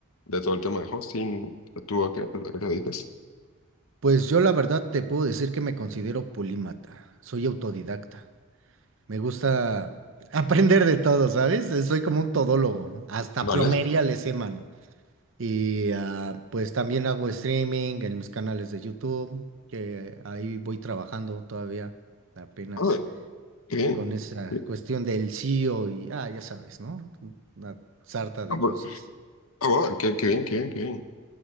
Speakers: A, on the left; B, on the right.
A: de todo el tema de hosting, ¿tú a qué, te a qué te dedicas?
B: pues yo la verdad te puedo decir que me considero polímata, soy autodidacta. Me gusta <laughs> aprender de todo, ¿sabes? Eh, Soy como un todólogo, ¿no? hasta
A: Vale.
B: plomería le sé, mano. Y ah, pues también hago streaming en mis canales de YouTube, que ahí voy trabajando todavía, apenas.
A: A ver, qué bien.
B: con esa
A: Sí.
B: cuestión del CEO y, ah, ya sabes, ¿no? Una sarta de
A: Ah, por-
B: cosas.
A: ah, wow, qué, qué bien, qué bien, qué bien.